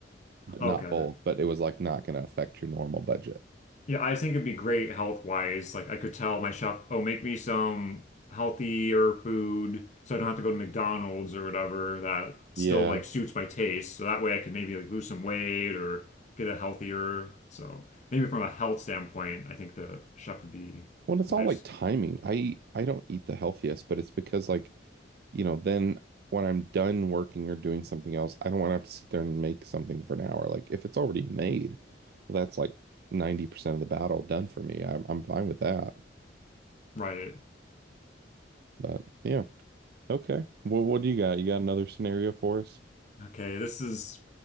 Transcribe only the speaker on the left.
okay.
Yeah, I think it'd be great health wise. Like I could tell my chef, oh, make me some healthier food so I don't have to go to McDonald's or whatever that still
like suits my taste. So that way I could maybe like lose some weight or get a healthier. So maybe from a health standpoint, I think the chef would be
nice.
Right.
Okay, this is